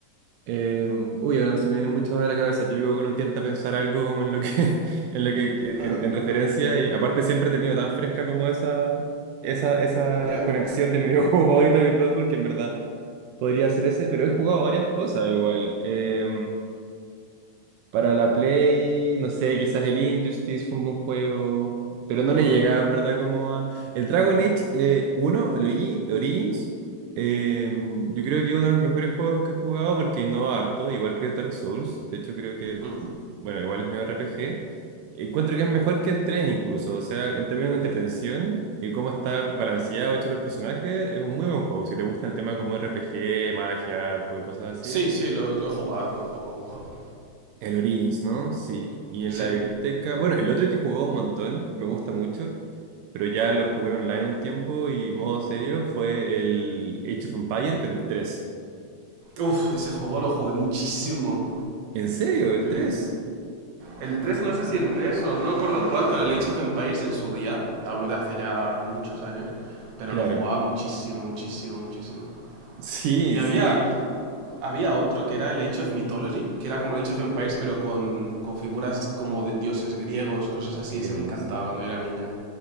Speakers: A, on the right; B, on the right.
A: Eh, uy, ahora no se me vienen muchos a la cabeza. Típico que uno intenta pensar algo como en lo que, <laughs> en lo que,
B: ah,
A: en, en referencia. Y aparte siempre he tenido tan fresca como esa, esa, esa
B: Ya. Yeah.
A: conexión de mi videojuego <laughs> favorito de Bloodborne, que en verdad podría ser ese, pero he jugado varias cosas igual. Eh, para la Play, no sé, quizás el Injustice fue un buen juego, pero no
B: Hmm,
A: le llegaba en verdad como a... El Dragon Age eh, 1, el Origi- Origins, eh, yo creo que es uno de los mejores juegos que he jugado porque innova harto, igual que Dark Souls. De hecho, creo que,
B: hmm.
A: bueno, igual es medio RPG. Encuentro que es mejor que el 3 incluso, o sea, en términos de entretención y cómo está balanceado, hecho los personajes, es un muy buen juego. Si te gusta el tema como RPG, magia, arco y cosas así,
B: Sí, sí, lo, lo he jugado, buen juego, buen juego.
A: el Origins, ¿no? Sí. Y en
B: Sí.
A: la biblioteca, bueno, el otro que jugó un montón, me gusta mucho, pero ya lo jugué online un tiempo y modo serio fue el Age of Empires, pero el 3.
B: Uf, ese juego lo jugué muchísimo.
A: ¿En serio? ¿El
B: Le-
A: 3?
B: el 3, no sé si el 3 o no recuerdo cuál, pero el Age of Empires en su día, hablo de hace ya muchos años, pero
A: Claro.
B: lo jugaba muchísimo,
A: <laughs>
B: muchísimo, muchísimo.
A: Sí,
B: Y había,
A: sí.
B: había otro que era el Age of Mythology, que era como el Age of Empires, pero con, con figuras como de dioses griegos, cosas así.
A: Griegos.
B: Ese me encantaba cuando yo era niño.